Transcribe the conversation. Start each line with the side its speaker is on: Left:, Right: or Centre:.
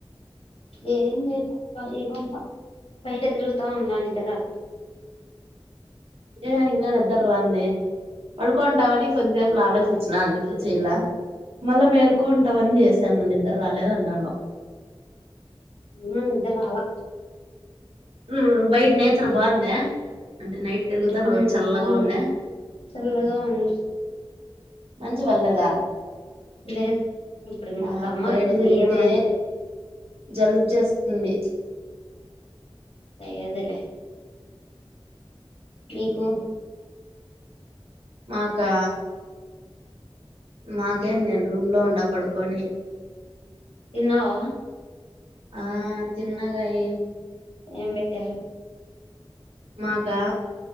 Left: ఏం చేయాలా కాలి గా ఉన్న బయట తిరుగుతూ ఉన్న నిద్దర రాక
Right: ఏ ఇంకా నిద్ర రంది పడుకోంటావని కొద్సేపు ఆలోచించిన అందుకే చెయాల మళ్ళా మేల్కోంటావని చేసాను్ నిద్ర రాలేద అని అంటాండావు
Left: ఏమో నిద్దర రాలా
Right: ఉ బయట నేచర్ బాగుందా అంటే నైట్ తిరుగుతాను
Left: ఉ
Right: కదా చల్లగా
Left: బవుంది
Right: ఉందా
Left: చల్లగా ఉంది
Right: మంచు పడ్లేద
Left: లేదు ఇప్పుడు ఇంగ
Right: నాకు
Left: సమ్మర్
Right: బయట తిరిగితే
Left: ఏం మంచు
Right: జలుబు చేస్తుంది
Left: లేదు లే మీీకు
Right: మాకా మాకేం నేను రూమ్ లో ఉంండ పడుకొని
Left: తన్నావా
Right: ఆ తిన్నాగయి
Left: ఏం పెట్టారు
Right: మాగా